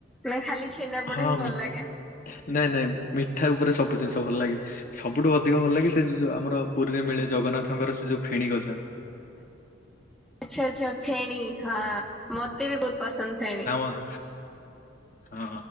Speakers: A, in the centre; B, on the left.
A: ନା ଖାଲି ଛେନାପୋଡ଼
B: ହଁ
A: ହିଁ
B: ମିଠା
A: ଭଲ ଲାଗେ।
B: ନାଇଁ ନାଇଁ ମିଠା ଉପରେ ସବୁ ଜିନିଷ ଭଲ ଲାଗେ ସବୁଠୁ ଅଧିକ ଭଲ ଲାଗେ ସେଉ ଯ ଆମର ପୁରୀରେ ମିଳେ ଜଗନ୍ନାଥଙ୍କର ସେ ଯଉ ଫେଣି ଗଜା।
A: ଆଚ୍ଛା ଆଚ୍ଛା ଫେଣୀ ହଁ ମୋତେ ବି ବହୁତ ପସନ୍ଦ ଫେଣି।
B: ହ <inaudible> ହଁ